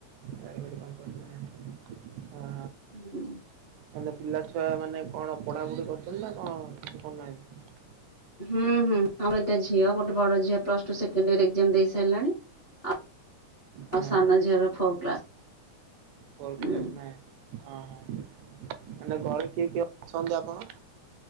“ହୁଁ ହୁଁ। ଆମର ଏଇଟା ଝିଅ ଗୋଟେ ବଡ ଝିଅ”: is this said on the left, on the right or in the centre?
Left